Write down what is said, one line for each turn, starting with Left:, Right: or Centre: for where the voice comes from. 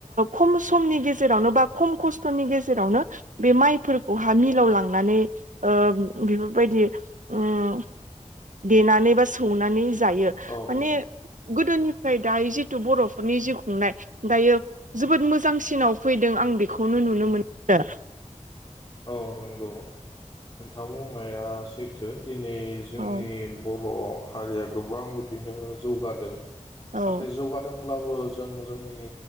Right: खम समनि गेजेरावनो बा खम खस्थनि गेजेरावनो बे माइ फोरखौ हा मिलाव लांनानै ओ बेफोरबायदि उम देनानै बा सौवनानै। जायो
Left: औ
Right: माने
Left: औ
Right: गोदोनिफ्राय दायो जिथु बरफोरनि जिउ खुंनाय दायो जोबोद मोजांसिनाव फैदों आं बेखौनो नुनो मोनो
Left: औ नंगौ नोंथां बुंनाया सैथो। दिनै जोंनि
Right: औ
Left: बर हारिया गोबां बिदिनो जौगादों नाथाय
Right: औ
Left: जौगादों अब्लाबो जों जोंनि